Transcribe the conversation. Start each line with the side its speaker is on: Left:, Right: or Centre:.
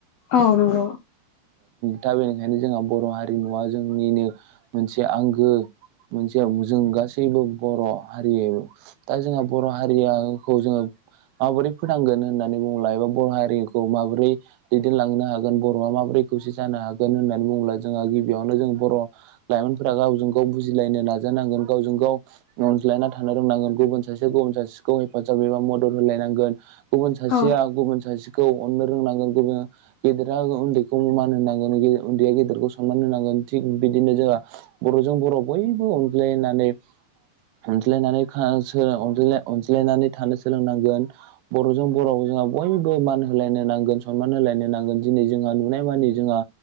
Left: औ नंगौ
Right: दा बेनिखायनो जोंहा बर' हारिमुवा जोंनिनो मोनसे आंगो। मोनसे जों गासैबो बर' हारि दा जोंहा बर' हारियाखौ जोङो माबोरै फोथांगोन होननानै बुंब्ला एबा बर' हारिखौ माबोरै दैदेनलांनो हागोन बर'आ माबोरै खौसे जानो हागोन होननानै बुङोब्ला जोंहा गिबियावनो जों बर' लाइमोनफोरा गावजों गाव बुजिलायनो नाजानांगोन गावजों गाव अनज्लायना थानो रोंनांगोन गुबुन सासे गुबुन सासेखौ हेफाजाब एबा मदद होलायनांगोन। गुबुन सासेआ
Left: औ
Right: गुबुन सासेखौ अननो रोंनांगोन गुबुन गेदेरा उन्दैखौ मान होनांगोन उन्दैआ गेदेरखौ सनमान होनांगोन थिग बिदिनो जोंहा बर'जों बर' बयबो अनज्लायनानै अनज्लायनानै था सो अनज्लायनानै थानो सोलोंनांगोन बर'जों बर' जोंहा बयबो मान होलायनो नांगोन सनमान होलायनो नांगोन दिनै जोंहा नुनाय माने जोंहा